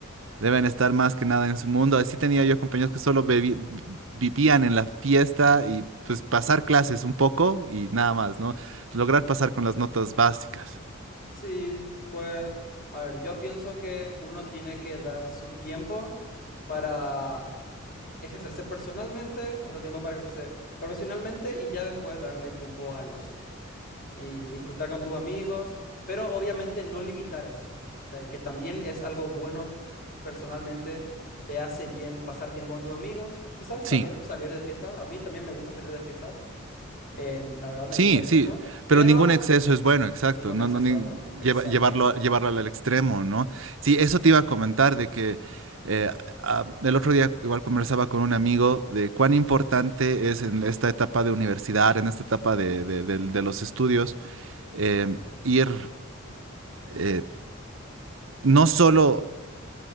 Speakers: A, on the right; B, on the left.
A: Deben estar más que nada en su mundo. Así tenía yo compañeros que solo bebi- vivían en la fiesta y pues pasar clases un poco y nada más, ¿no? Lograr pasar con las notas básicas.
B: Sí, pues, a ver, yo pienso que uno tiene que dar su tiempo para ejercerse personalmente, otro tiempo para ejercerse profesionalmente y ya después darle tiempo al ocio. y disfrutar con tus amigos, pero obviamente no limitar eso, ta- que también es algo bueno personalmente, te hace bien pasar tiempo con tus amigos, quizás
A: Sí,
B: también salir de fiestas, a mí también me gusta salir de fiestas, en- la verdad me
A: Sí,
B: gusta mucho,
A: sí,
B: pero
A: pero ningún exceso es bueno, exacto,
B: ningún
A: no,
B: exceso
A: no, ni-
B: es bueno, exactamente.
A: lleva- llevarlo, a- llevarlo al extremo, ¿no? Sí, eso te iba a comentar de que eh, a- el otro día igual conversaba con un amigo de cuán importante es en esta etapa de universidad, en esta etapa de, de- del- de los estudios, eh, ir eh, no solo